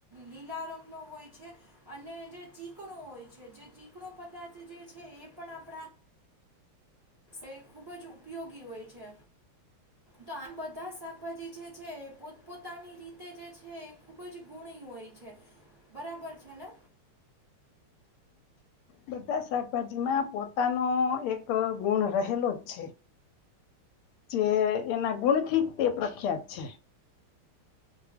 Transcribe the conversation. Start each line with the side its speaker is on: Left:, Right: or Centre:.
Right: લીલા રંગ નો હોય છે અને જે ચીકણો હોય છે જે ચીકણો પદાર્થ જે છે એ પણ આપણા એ ખૂબ જ ઉપયોગી હોય છે તો આમ બધા શાકભાજી જે છે એ પોતપોતાની રીતે જે છે એ ખૂબ જ ગુણી હોય છે બરાબર છે ને
Left: બધા શાકભાજીમાં પોતાનો એક ગુણ રહેલો જ છે જે એના ગુણથી જ તે પ્રખ્યાત છે